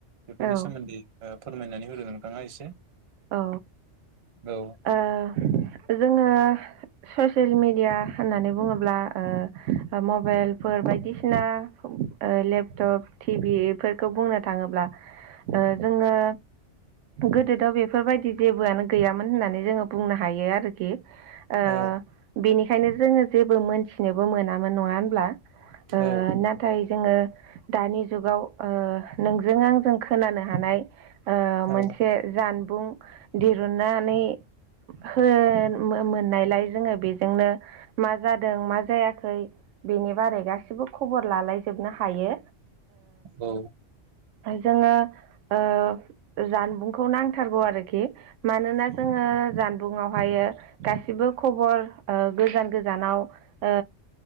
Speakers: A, on the right; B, on the right.
A: बेफोरनि
B: औ
A: सोमोन्दै ओ फोरमायनानै होदो नोंथाङा एसे।
B: औ
A: औ
B: ओ जोङो ससियेल मेडिया होननानै बुङोब्ला ओ ओ मबाइलफोर बायदिसिना ओ लेपटप टि भि बेफोरखौ बुंनो थाङोब्ला ओ जोङो गोदोथ' बे फोरबायदि जेबोआनो गैयामोन होननानै जोङो बुंनो हायो आरोखि। ओ
A: औ
B: बिनि खायनो जोङो जेबो मोनथिनोबो मोनामोन नङा होनब्ला ओ
A: औ
B: नाथाय जोङो दानि जुगाव ओ नोंजों आंजों खोनानो हानाय ओ मोनसे
A: औ
B: जानबुं दिरुनानै होन मो-मोन लायलाय जोङो बेजोंनो मा जादों मा जायाखै बेनि बारै गासिबो खबर लालायजोबनो हायो।
A: औ।
B: जोङो ओ जानबुंखौ नां थारगौ आरोखि मानोना जोङो जानबुंआवहायो गासिबो खबर ओ गोजान गोजानाव ओ